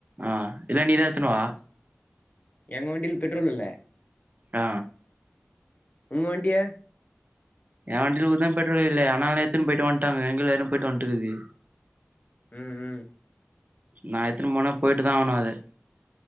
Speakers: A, on the right; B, on the left.
A: ஆ இல்ல நீதாத்தனுவா
B: எங்க வண்டியில பெட்ரோல் இல்ல
A: ஆ
B: உங்க வண்டிய
A: என் வண்டில கூடத பெட்ரோல் இல்ல ஆனால எத்துன்னு போயிட்டு வன்ட்டாங்க எங்கத்ல யாரோ போயிட்டு வன்ட்டுக்குது
B: ம் ம்
A: நா எத்தின்னு போன போயிட்டு தாகனு அது